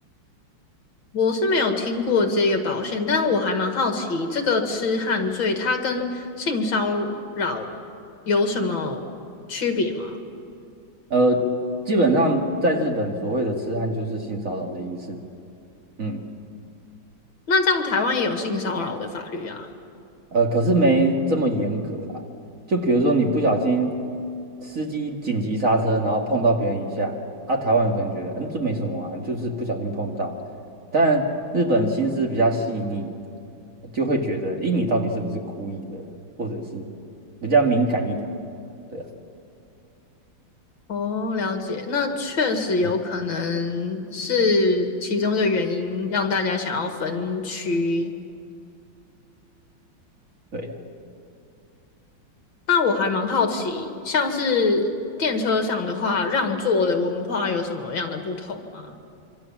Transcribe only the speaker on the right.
呃，基本上在日本，所谓的痴汉就是性骚扰的意思。嗯。
呃，可是没这么严格啊。就比如说你不小心司机紧急刹车，然后碰到别人一下，啊，台湾人可能觉得，嗯，这没什么啊，就是不小心碰到。但日本心思比较细腻，就会觉得，咦，你到底是不是故意的，或者是比较敏感一点。对啊，
嗯，
对呀，